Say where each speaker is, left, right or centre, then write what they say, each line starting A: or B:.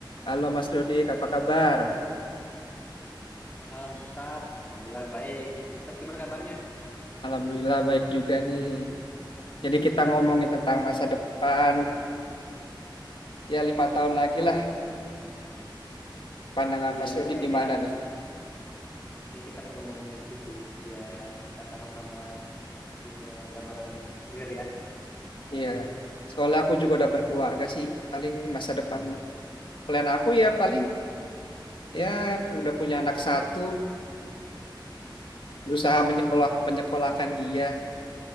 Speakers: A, on the left; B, on the left.
A: Halo Mas Dodik, apa kabar?
B: Malam Gustaf, Alhamdulillah baik. Mas Gustaf gimana kabarnya?
A: Alhamdulillah baik juga nih. Jadi kita ngomongin
B: Mantap.
A: tentang masa depan, ya lima tahun lagi lah pandangan
B: Iya
A: Mas
B: ya,
A: Dodik
B: kayaknya
A: gimana nih?
B: kayaknya kita perlu ngomongin itu sih, biar kita sama-sama punya gambaran clear ya.
A: Iya, soalnya aku juga udah berkeluarga sih. Paling masa depan plan aku ya paling ya udah punya anak satu, berusaha menyekolah, menyekolahkan dia.